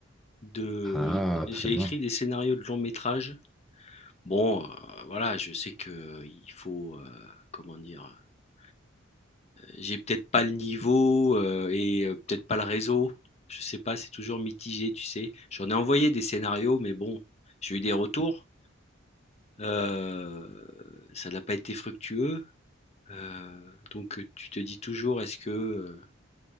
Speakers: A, on the left; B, in the centre.
A: de,
B: Ah,
A: j'ai
B: très bien.
A: écrit des scénarios de long métrage. Bon, euh, voilà, je sais que il faut, euh, comment dire, euh, j'ai peut-être pas le niveau euh, et euh, peut-être pas le réseau. Je sais pas, c'est toujours mitigé, tu sais. J'en ai envoyé des scénarios, mais bon, j'ai eu des retours. Euh, ça n'a pas été fructueux. Heu, donc, tu te dis toujours: «Est-ce que, heu,